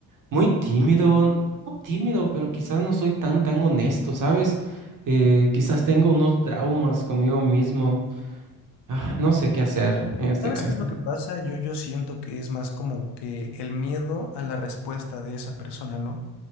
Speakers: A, on the right; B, on the left.
A: muy tímido, no tímido, pero quizás no soy tan, tan honesto, ¿sabes? Eh, quizás tengo unos traumas conmigo mismo. Ah, no sé qué hacer en este
B: ¿Sabes
A: caso.
B: qué es lo que pasa? Yo, yo siento que es más como que el miedo a la respuesta de esa persona, ¿no?